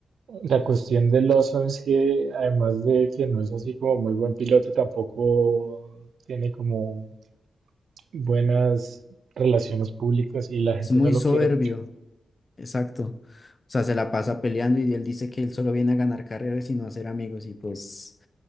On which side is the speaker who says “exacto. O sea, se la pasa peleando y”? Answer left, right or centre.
Left